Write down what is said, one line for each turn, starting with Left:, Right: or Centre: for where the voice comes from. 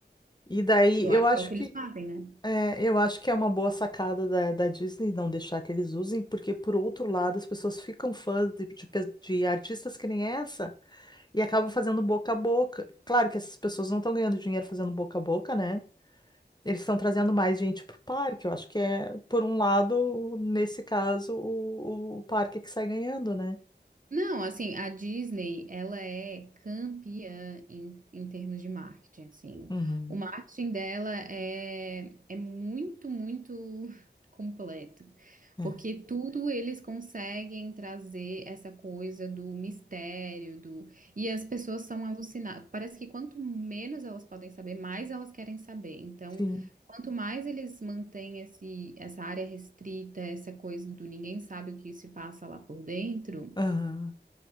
Left: E daí
Right: Que eu
Left: eu
Right: acho
Left: acho
Right: que é o que
Left: que
Right: eles fazem, né?
Left: é, eu acho que é uma boa sacada da, da Disney não deixar que eles usem, porque por outro lado as pessoas ficam fãs de, de pe- de artistas que nem essa. E acabam fazendo boca a boca. Claro que essas pessoas não estão ganhando dinheiro fazendo boca a boca, né? Eles estão trazendo mais gente pro parque. Eu acho que é, por um lado, nesse caso, o, o parque é que sai ganhando, né?
Right: Não, assim, a Disney, ela é campeã em, em termos de marketing, assim.
Left: Uhum.
Right: O marketing dela é, é muito, muito <laughs> completo,
Left: É.
Right: porque tudo eles conseguem trazer essa coisa do mistério, do... E as pessoas são alucinadas. Parece que quanto menos elas podem saber, mais elas querem saber. Então,
Left: Sim.
Right: quanto mais eles mantêm esse, essa área restrita, essa coisa do ninguém sabe o que se passa lá por dentro
Left: Aham.